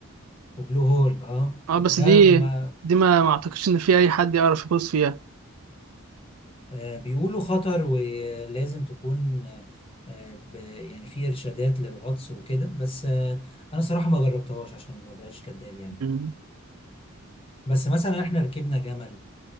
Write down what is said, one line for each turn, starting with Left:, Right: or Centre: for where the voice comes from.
Left: وبلو هول اه
Right: اه بس
Left: ما ده
Right: دي
Left: ما
Right: دي ما ما اعتقدش ان في اي حد يعرف يغوص فيها
Left: آه، بيقولوا خطر ولازم تكون آه، ب... يعني في إرشادات للغطس وكده بس آه، أنا صراحة ما جربتهاش عشان ما بقاش كداب يعني
Right: امم
Left: بس مثلا احنا ركبنا جمل